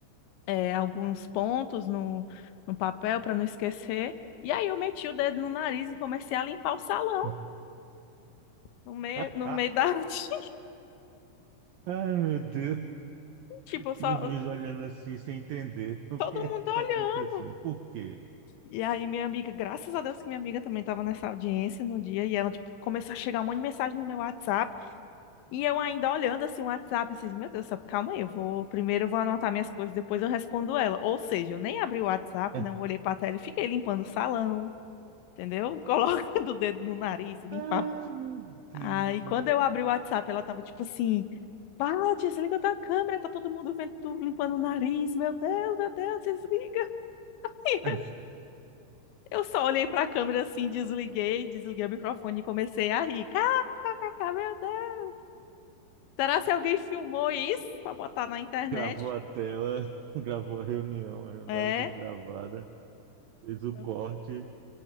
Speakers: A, on the left; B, on the right.
A: eh, alguns pontos no, no papel para não esquecer. E aí eu meti o dedo no nariz e comecei a limpar o salão,
B: <laughs>
A: no meio,
B: Ah,
A: no meio da <laughs> audiência.
B: ai, meu Deus.
A: Tipo, eu só,
B: E o juiz olhando assim, sem entender o
A: todo
B: que é
A: mundo
B: que
A: olhando.
B: tá acontecendo. Por quê?
A: E aí, minha amiga, graças a Deus que minha amiga também estava nessa audiência no dia, e ela, tipo, começou a chegar um monte de mensagem no meu WhatsApp. E eu ainda olhando assim o WhatsApp, e meu Deus, do céu, calma aí, eu vou primeiro eu vou anotar minhas coisas, depois eu respondo ela. Ou seja, eu nem abri o WhatsApp,
B: <laughs>
A: não olhei para a tela e fiquei limpando o salão, entendeu? <laughs> Colocando o dedo no nariz, limpava.
B: Ai, meu Deus,
A: Aí quando eu abri o WhatsApp, ela tava tipo assim: "Pá, desliga tua câmera, tá todo mundo vendo tu limpando o nariz. Meu Deus, meu Deus, desliga". <laughs>
B: ai.
A: Eu só olhei para a câmera assim, desliguei, desliguei o microfone e comecei a rir. Kkk, meu Deus. Será se alguém filmou isso para botar na internet?
B: Gravou a tela, <laughs> gravou a reunião, a reunião
A: É?
B: estava sendo gravada, fez o
A: Não.
B: corte